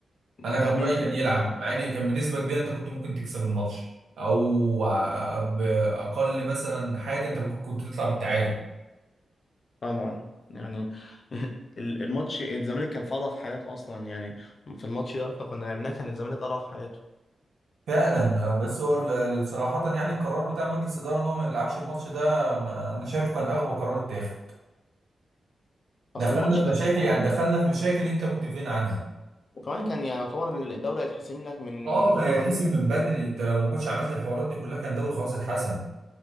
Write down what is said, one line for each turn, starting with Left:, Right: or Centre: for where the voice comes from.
Right: انا كان
Left: ده مية
Right: رايي
Left: في
Right: كان
Left: المية
Right: يلعب مع ان كان بنسبه كبيره انت كنت ممكن تكسب الماتش او ع- باقل مثلا حاجه انت ممكن كنت تطلع بالتعادل
Left: طبعا يعني <laughs> ال- الماتش الزمالك كان في اضعف حالاته اصلا يعني في الماتش ده لو كنا لعبناه كان الزمالك اضعف حالاته
Right: فعلا آه، بس هو ال- ال- صراحة يعني القرار بتاع مجلس الإدارة إن هو ما يلعبش الماتش ده ما- أنا شايفه كان أغبى قرار اتاخد دخلنا
Left: اصل الماتش
Right: في
Left: كان
Right: مشاكل
Left: صعب
Right: يعني دخلنا في مشاكل أنت كنت في غنى عنها
Left: وكمان كان يعني يعتبر الدوري هيتحسم لك من
Right: اه كان
Left: غير
Right: هيتحسم
Left: ما تلعب
Right: من بدري انت لو ما كنتش عملت الحوارات دي كلها كان الدوري خلاص اتحسم